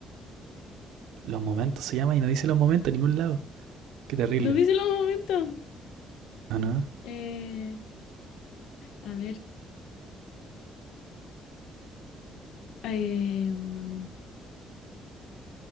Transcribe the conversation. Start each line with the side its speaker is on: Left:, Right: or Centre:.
Right: Los momentos se llama y no dice los momentos en ningún lado. Qué terrible.
Left: No dice los momentos.
Right: ¿O no?
Left: Eh, a ver. Em,